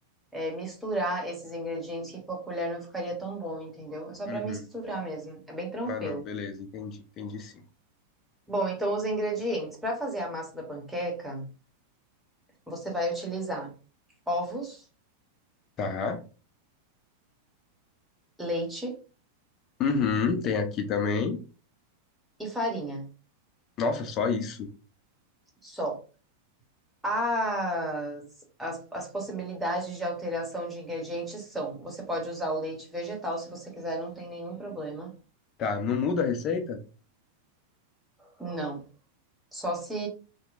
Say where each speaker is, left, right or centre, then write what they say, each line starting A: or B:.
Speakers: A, in the centre; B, on the left.
A: é, misturar esses ingredientes que com a colher não ficaria tão bom, entendeu? É só
B: Uhum.
A: para misturar mesmo, é bem tranquilo.
B: Ah, não, beleza, entendi, entendi sim.
A: Bom, então os ingredientes. Para fazer a massa da panqueca, você vai utilizar ovos,
B: Tá.
A: leite
B: Uhum, tem aqui também.
A: e farinha,
B: Nossa, só isso?
A: só. As, as, as possibilidades de alteração de ingredientes são: você pode usar o leite vegetal se você quiser, não tem nenhum problema.
B: Tá, não muda a receita?
A: Não. Só se